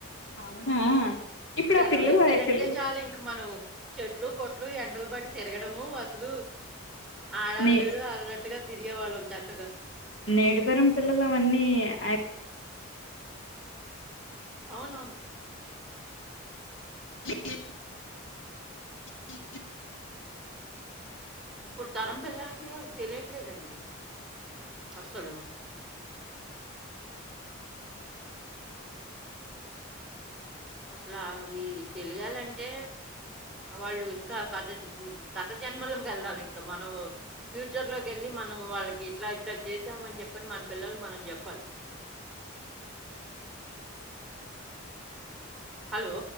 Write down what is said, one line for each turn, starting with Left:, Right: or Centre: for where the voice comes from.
Left: అవునా ఇప్పుడు
Centre: సెలవులు
Left: ఆ పిల్లలు
Centre: ఇచ్చారంటే
Left: ఆ పిల్లలు
Centre: చాలు ఇంక మనం చెట్లు గుట్టు ఎండలు బడి తిరగడము అసలు ఆడాలదు
Left: నే
Centre: అనట్టుగా తిరిగేవాళ్ళం చక్కగా
Left: నేటితరం పిల్లలు అవన్నీ <inaudible>
Centre: అవునవును
Left: అ
Centre: ఇప్పుడు తరం పిల్లలకి అవి తెలియట్లేదండి అస్సలు అసలు అవి తెలియాలంటే వాళ్ళు ఇంకా గత గత జన్మ లోకి వెళ్ళాలి ఇంకా మనం ఫ్యూచర్ లోకేళ్ళి మనం వాళ్ళకి ఇట్లా ఇట్లా చేసామని చెప్పని మన పిల్లలకి మనం చెప్పాలి హలో